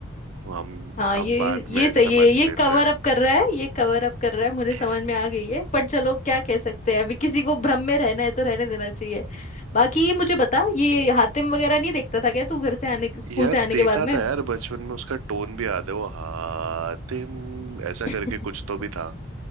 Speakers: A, on the right; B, on the left.
A: वो हम
B: हाँ
A: हम
B: ये
A: बात
B: ये
A: में
B: सही
A: समझ
B: है ये
A: लेते
B: कवर अप कर रहा है ये कवर अप कर रहा है मुझे समझ
A: हैं
B: में आ गई है पर चलो क्या कह सकते हैं अभी किसी को भ्रम में रहना है तो रहने देना चाहिए बाकी ये मुझे बता ये हातिम वगैरह नहीं देखता था क्या तू घर से आने स्कूल
A: यार
B: से आने
A: देखा
B: के बाद में
A: था यार बचपन में उसका टोन भी याद है वो हातिम ऐसा
B: <laughs>
A: करके कुछ तो भी था